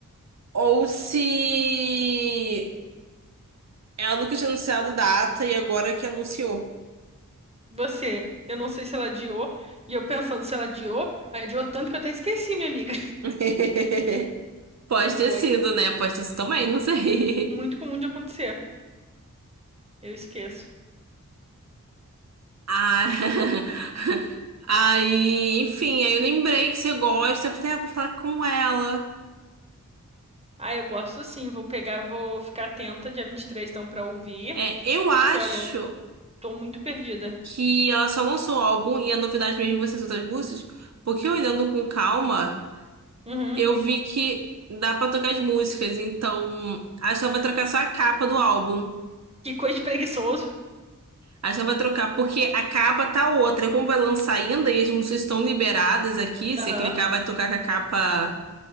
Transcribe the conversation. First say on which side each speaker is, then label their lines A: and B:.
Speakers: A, on the right; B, on the right.
A: ou se ela nunca tinha anunciado data e agora que anunciou.
B: Você, eu não sei se ela adiou, e eu pensando se ela adiou, aí adiou tanto que eu até esqueci, minha amiga. <laughs>
A: <laughs> Pode
B: Que coisa.
A: ter sido, né? Pode ter sido também, não sei.
B: Muito
A: <laughs>
B: comum de acontecer. Eu esqueço.
A: Ah, <laughs> aí, enfim, aí eu lembrei que você gosta. Eu falei, ah, vou falar com ela.
B: Ah, eu gosto sim. Vou pegar, vou ficar atenta dia 23, então, pra ouvir.
A: É, eu acho.
B: Que olha, tô muito perdida.
A: que ela só lançou o álbum e a novidade mesmo vai ser as outras músicas, porque olhando com calma,
B: Uhum.
A: eu vi que dá pra trocar as músicas, então acho que ela vai trocar só a capa do álbum.
B: Que coisa de preguiçoso.
A: Acho que ela vai trocar, porque a capa tá outra. Como vai lançar ainda e as músicas estão liberadas aqui, se
B: Aham.
A: clicar vai tocar com a capa